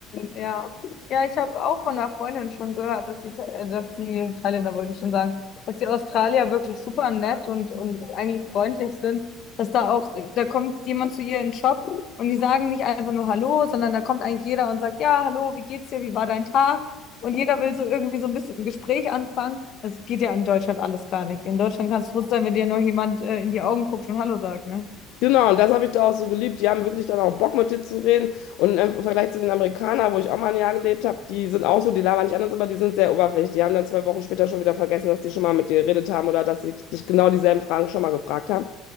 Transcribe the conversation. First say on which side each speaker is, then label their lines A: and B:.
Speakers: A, on the left (about 45°); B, on the left (about 70°).
A: ja. Ja, ich habe auch von einer Freundin schon gehört, dass die, Tha- äh, dass die Thailänder, wollte ich schon sagen, dass die Australier wirklich super nett und, und eigentlich freundlich sind. Dass da auch, da kommt jemand zu ihr in den Shop und die sagen nicht einfach nur Hallo, sondern da kommt eigentlich jeder und sagt, ja, hallo, wie geht's dir, wie war dein Tag? Und jeder will so irgendwie so ein bisschen ein Gespräch anfangen. Das geht ja in Deutschland alles gar nicht. In Deutschland kannst du froh sein, wenn dir nur jemand äh, in die Augen guckt und Hallo sagt, ne?
B: Genau, und das habe ich da auch so geliebt. Die haben wirklich dann auch Bock, mit dir zu reden. Und im Vergleich zu den Amerikanern, wo ich auch mal ein Jahr gelebt habe, die sind auch so, die labern nicht anders, aber die sind sehr oberflächlich. Die haben dann zwei Wochen später schon wieder vergessen, dass die schon mal mit dir geredet haben oder dass sie dich genau dieselben Fragen schon mal gefragt haben.